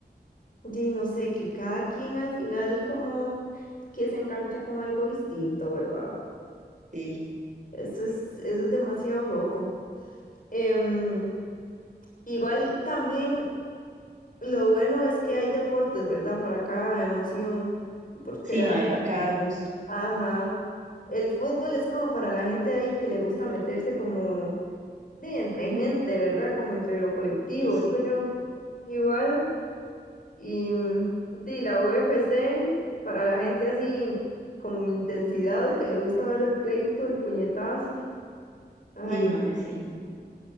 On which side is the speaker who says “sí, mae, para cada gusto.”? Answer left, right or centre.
Right